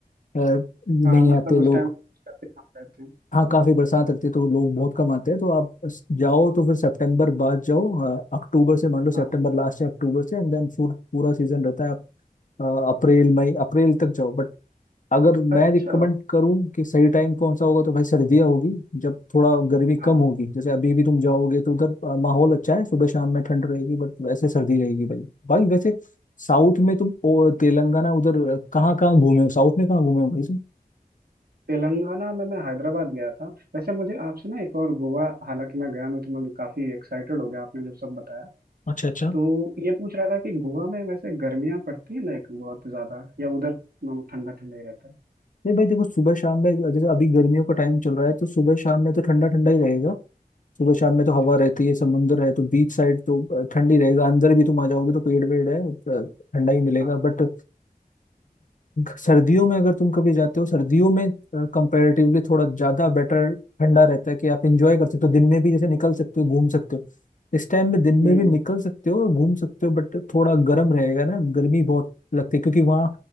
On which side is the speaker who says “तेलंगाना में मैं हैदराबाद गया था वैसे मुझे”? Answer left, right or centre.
Right